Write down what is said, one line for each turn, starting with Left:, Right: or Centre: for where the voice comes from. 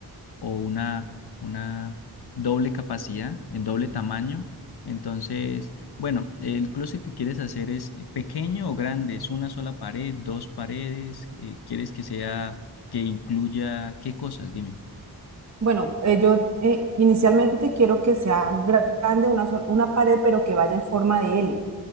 Left: o una, una doble capacidad, en doble tamaño. Entonces, bueno, el closet que quieres hacer es eh, pequeño o grande, es una sola pared, dos paredes, eh, quieres que sea, que incluya, ¿qué cosas? Dime.
Right: Bueno, eh, yo eh, inicialmente quiero que sea gra- grande una, sol- una pared, pero que vaya en forma de L.